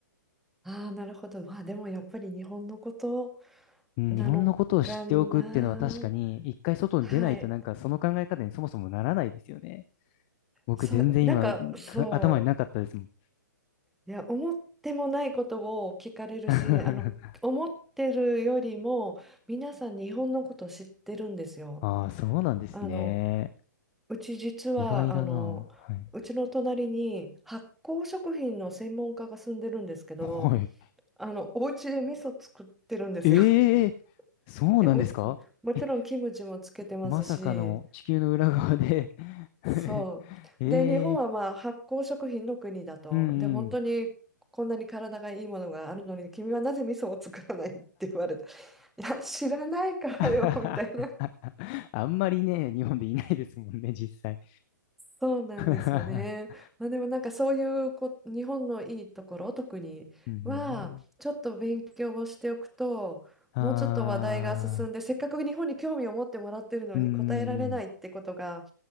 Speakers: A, in the centre; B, on the left.
A: ああ、なるほど。まあでもやっぱり日本のこと
B: うん、
A: なのかな。
B: 日本のことを知っておくっていうのは確かに、一回外に出ないとなんかその考え方にそもそもならないですよね。
A: はい。
B: 僕全然今、
A: そう、なんかそ
B: か頭になかったですもん。
A: う、いや、思ってもないことを聞かれるし、
B: <laughs>
A: あの、思ってるよりも皆さん日本のこと知ってるんですよ。
B: ああ、そうなんですね。
A: あの、うち実は、
B: 意外だな。
A: あの、
B: はい。
A: うちの隣に発酵食品の専門家が住んでるんですけど、
B: はい。
A: あの、お家で味噌作ってるんですよ。
B: ええ
A: <laughs>
B: そうなんですかえ、
A: え、もち、もちろんキムチもつけてますし、
B: まさかの地球の裏側で <laughs>
A: そう。
B: え
A: で、日本はまあ発酵食品の国だと。
B: えうんうん。
A: で、本当にこんなに体がいいものがあるのに、君はなぜ味噌を作らないって言われた。いや、知らないからよ、
B: <laughs>
A: みたいな。
B: あんまりね、日本でいないですもんね、実際。
A: そうなんですよね。
B: <laughs>
A: まあ、でもなんかそういうこ日本のいいところ特にはちょっと勉強をしておくともうちょっと話題が進んでせっかく日本に興味を持ってもらってるのに答えられないってことが
B: うんうんうんあー、うーん。